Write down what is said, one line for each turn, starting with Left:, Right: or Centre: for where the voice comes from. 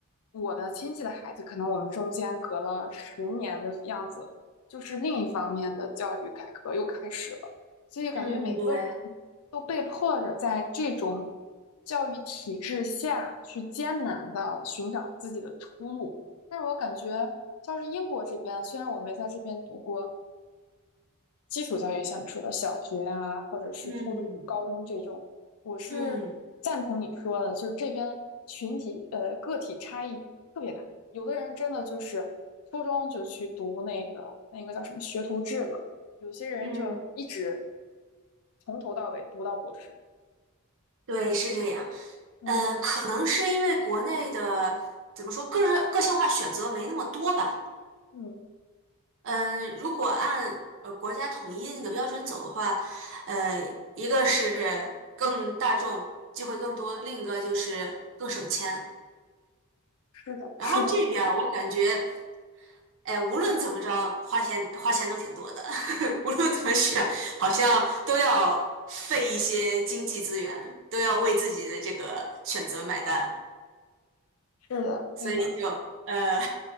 Left: 我的亲戚的孩子，可能我们中间隔了十年的样子，就是另一方面的教育改革又开始了，所以感觉每个人都被迫着在这种
Right: 嗯，对，
Left: 教育体制下去艰难的寻找自己的出路，但是我感觉像是英国这边，虽然我没在这边读过。基础教育，像你说的小学啊，或者是初中、
Right: 嗯
Left: 高中这种，我是赞同你说的，
Right: 嗯
Left: 就是这边群体呃个体差异特别大，有的人真的就是初中就去读那个那个叫什么学徒制嘛，有些人就是一直
Right: 嗯，
Left: 从头到尾读到博士。
Right: 对，是这样。
Left: 嗯
Right: 呃，可能是因为国内的怎么说，个人个性化选择没那么多吧。
Left: 嗯，
Right: 嗯、
Left: 对，
Right: 如果按呃国家统一的那个标准走的话，呃，一个是更大众，机会更多，另一个就是更省钱。
Left: 是的，
Right: 然后这边儿我感觉，
Left: 是的，
Right: 哎，无论怎么着，花钱花钱都挺多的，<laughs> 无论怎么选，好像都要费一些经济资源，都要为自己的这个选择买单，
Left: 是的，
Right: 所以就呃，
Left: 对的。